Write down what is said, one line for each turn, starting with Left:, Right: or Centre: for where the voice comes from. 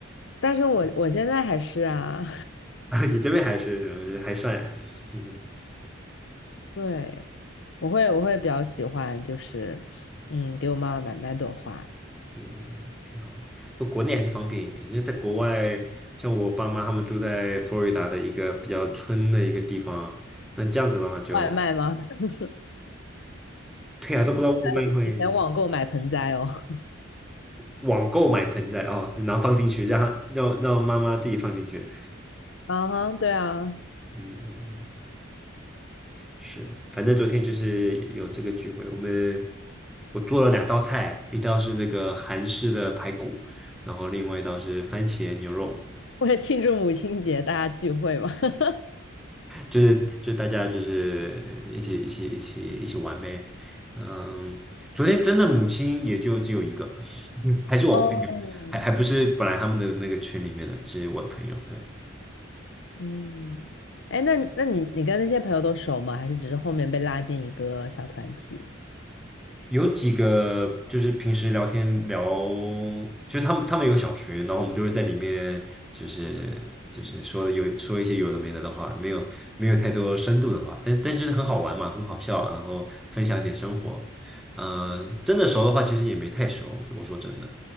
Left: 但是我我现在还是啊，
Centre: <laughs> 你这边还是还算，<laughs>
Left: <laughs> 对，我会我会比较喜欢就是，嗯，给我妈妈买买朵花。
Centre: 嗯嗯嗯，挺好。那国内还是方便一点，因为在国外，像我爸妈他们住在佛罗里达的一个比较村的一个地方，那这样子的话就，
Left: 外卖吗？<laughs>
Centre: 对啊，都不知道外卖会
Left: 会提前网购买盆栽哦。
Centre: 网购买盆栽哦，就然后放进去，让他让让妈妈自己放进去。
Left: <laughs> 啊哈，对啊。
Centre: 嗯嗯嗯，是，反正昨天就是有这个聚会，我们我做了两道菜，一道是那个韩式的排骨，然后另外一道是番茄牛肉。
Left: <laughs> 为了庆祝母亲节，大家聚会嘛。<laughs>
Centre: 就是就是大家就是一起一起一起一起玩呗。嗯，昨天真的母亲也就只有一个，<laughs> 还是我朋友，
Left: 哦，
Centre: 还还不是本来他们的那个群里面的，是我朋友。对。
Left: 嗯，哎，那那你你跟那些朋友都熟吗？还是只是后面被拉进一个小团体？
Centre: 有几个就是平时聊天聊，就是他们他们有个小群，然后我们就会在里面就是就是说有说一些有的没的的话，没有没有太多深度的话，但但就是很好玩嘛，很好笑，然后分享一点生活。嗯、真的熟的话，其实也没太熟，我说真的，